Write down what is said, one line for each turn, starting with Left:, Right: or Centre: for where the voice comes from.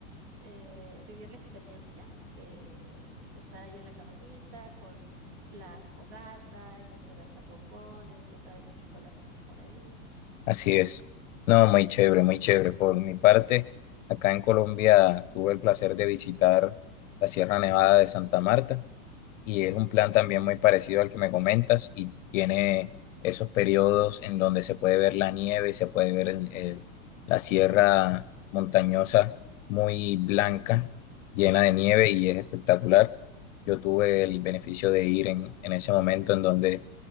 Right: eh, vivir la experiencia de, de estar ahí en la cabañita con la fogata y eso de hacer bombones, ya sabes, un chocolatito por ahí.
Left: Así es. No, muy chévere, muy chévere. Por mi parte, acá en Colombia tuve el placer de visitar la Sierra Nevada de Santa Marta y es un plan también muy parecido al que me comentas y tiene esos periodos en donde se puede ver la nieve, se puede ver el- el- la sierra montañosa muy blanca, llena de nieve y es espectacular. Yo tuve el beneficio de ir en, en ese momento en donde